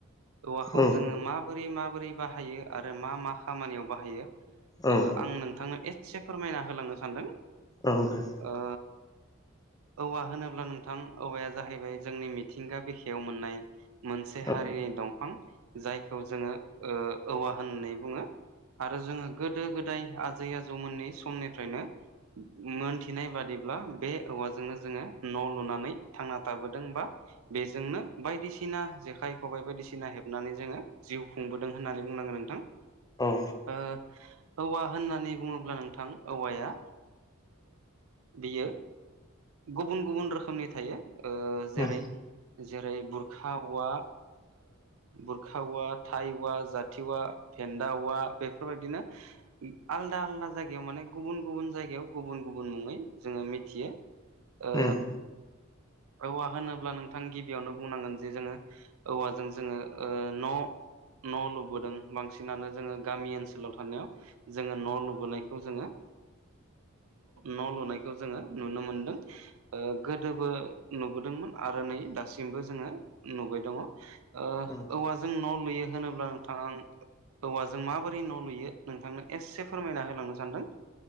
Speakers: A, on the right; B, on the left.
A: औवाखौ
B: औ
A: जोङो माबोरै माबोरै बाहायो आरो मा मा खामानियाव बाहायो
B: औ
A: ओ आं नोंथांनो एसे फोरमायना होलांनो सानदों।
B: औ दे।
A: ओ औवा होनोब्ला नोंथां औवाया जाहैबाय जोंनि मिथिंगा बिखायाव मोननाय मोनसे
B: औ
A: हारिनि दं फां जायखौ जोङो ओ औवा होननानै बुङो। आरो जोङो गोदो गोदाय आजै आजौमोननि समनिफ्रायनो मोनथिनाय बादिब्ला बे औवाजोंनो जोङो न लुनानै थांना थाबो होमबा बेजोंनो बायदिसिना जेखाइ खबाइ बायदिसिना हेबनानै जोङो जिउ खुंबोदों होननानै बुंनांगोन नोंथां
B: औ
A: ओ औवा होननानै बुङोब्ला नोंथां औवाया बियो गुबुन गुबुन रोखोमनि थायो जेरै
B: उम
A: जेरै बुरखा औवा बुरखा औवा थाइ औवा जाथि औवा फेन्दा औवा बेफोरबायदिनो आलदा आलदा जायगायाव माने गुबुन गुबुन जायगायाव गुबुन गुबुन मुङै जोङो मिथियो। ओ
B: उम
A: औवा होनोब्ला नोंथां गिबियावनो बुंनांगोन जे जोङो औवाजों जोङो ओ न' न' लुबोदों बांसिनानो जोङो गामि ओनसोलाव थानायाव जोङो न' लुबोनायखौ जोङो न' लुनायखौ जोङो नुनो मोनदों गोदोबो नु बोदोंमोन आरो नै दासिमबो जोङो नुबाय दङ ओ
B: उम
A: औवा जों न' लुयो होनोब्ला नोंथां आं औवाजों माबोरै न' लुयो नोंथांनो एसे फोरमायना होलांनो सानदों।